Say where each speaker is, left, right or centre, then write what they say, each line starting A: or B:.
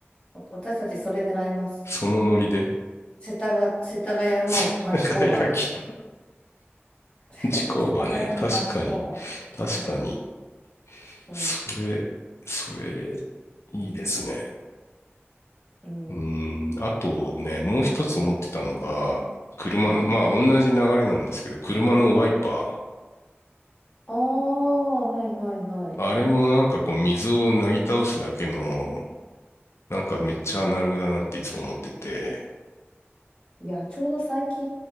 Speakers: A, on the left (about 25°); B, on the left (about 80°).
A: わ私たちそれ狙います。
B: そのノリで。
A: 世田が、世田谷の町工場。
B: <laughs> 輝きた
A: <laughs>
B: 町工場ね。
A: 世田谷の町工場。
B: 確かに。確かに。
A: はい。うん、
B: それ、それ、いいですね。
A: うん、
B: うん、あとね、もう一つ思ってたのが、車の、
A: はい。
B: まあ同じ流れなんですけど、車のワイパ
A: ああ、はいはいはい。
B: ー。あれもなんかこう水をなぎ倒すだけの、なんかめっちゃアナログだなっていつも思ってて。
A: うんいや、ちょうど最近、